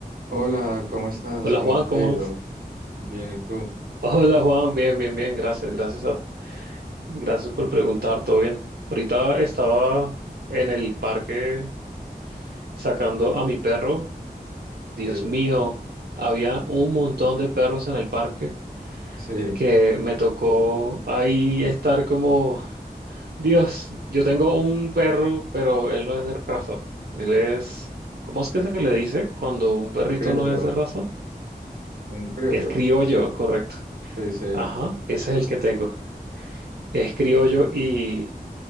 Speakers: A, on the right; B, on the right.
A: Hola, ¿cómo estás?
B: Hola
A: ¿Cómo
B: Juan,
A: te
B: ¿cómo
A: ha ido?
B: vas?
A: Bien, ¿y tú?
B: Hola Juan, bien, bien, bien, gracias, gracias, a- gracias por preguntar, todo bien. Ahorita estaba en el parque sacando a mi perro. Dios
A: Sí,
B: mío,
A: t-
B: había un montón de perros en el parque
A: sí,
B: que me tocó ahí estar como, Dios, yo tengo un perro, pero él no es de raza. Él es, ¿cómo es que se le dice cuando un perrito
A: criollo,
B: no es de raza?
A: un criollo.
B: Es criollo, correcto.
A: Sí, sí,
B: Ajá, ese es el que tengo. es criollo y,